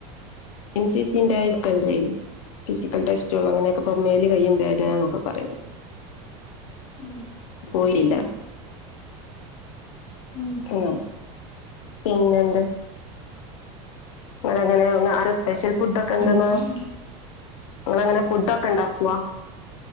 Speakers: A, on the left; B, on the left.
A: എൻ സി സി ന്റെ <unintelligible> ണ്ടായിനു ഫിസിക്കൽ ടെസ്റ്റ അങ്ങനെയൊക്കെ പ്പം മെല് കൈയും വേതന നൊക്കെ പറയും.
B: ഉം
A: പോയില്ല
B: ഉം
A: ഉം പിന്നെന്ത് ങ്ങനെ അങ്ങനെ ആ സ്പെഷ്യൽ ഫുഡ് ഒക്കെ എന്തെന്നോ
B: ഉം
A: ങ്ങലങ്ങനെ ഫുഡ ഒക്കെ ണ്ടാക്കുവ.